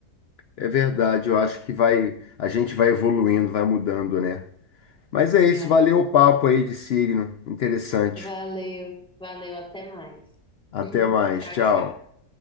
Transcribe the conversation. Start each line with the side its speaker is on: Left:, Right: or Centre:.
Left: É verdade, eu acho que vai, a gente vai evoluindo, vai mudando, né? Mas é isso,
Centre: É,
Left: valeu o papo aí de signo. Interessante.
Centre: valeu, valeu, até mais.
Left: Até
Centre: <laughs>
Left: mais,
Centre: Tchau,
Left: tchau.
Centre: tchau.